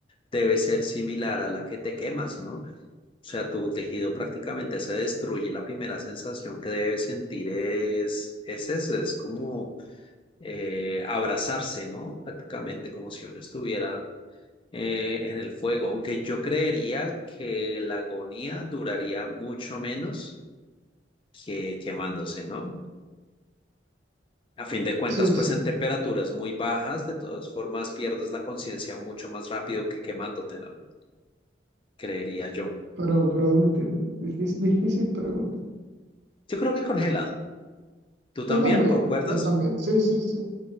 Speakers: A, on the left; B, on the right.
A: debe ser similar a la que te quemas, ¿no? sea, tu tejido prácticamente se destruye. La primera sensación que debes sentir es, es eso, es como eh, abrazarse, ¿no? Prácticamente como si uno estuviera eh, en el fuego. Aunque yo creería que la agonía duraría mucho menos que quemándose, ¿no? A fin de cuentas,
B: Sí,
A: pues
B: sí.
A: en temperaturas muy bajas, de todas formas, pierdes la conciencia mucho más rápido que quemándote, ¿no? Creería yo.
B: Pero, pero ¿dónde te- difícil, difícil pregunta.
A: Yo creo que congelado. ¿Tú también
B: Yo también,
A: concuerdas?
B: yo también. Sí, sí, sí.